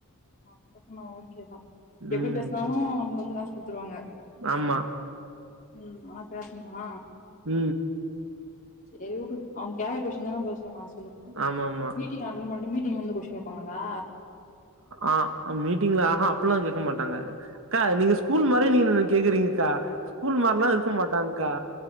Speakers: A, on the left; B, on the right.
A: <unintelligible> ஓக்கோதா எப்படி
B: ம்
A: பேசினாலு அவங்க வந்து காசு குத்துருவாங்க
B: ஆமா
A: உ ஆனா பேசணுமா
B: உ
A: செரி உடு அவங்க கேக்கற கொஷ்இன் தான பஸ் சொன்னா <unintelligible>
B: ஆமா ஆமா
A: மீடிங்அட்டன் பணிட்டு மீட் ந்து கொஷிங்கேபாங்களா
B: ஆஆ மீட்டிங்ல ஆஹா அப்யில்லா கேக்க மாடாங்க அக்கா நீங்க ஸ்கூல் மாரி நீங்க கேக்குறிங்க்கா ஸ்கூல் மார்லா இருக்க மாடாங்க க்கா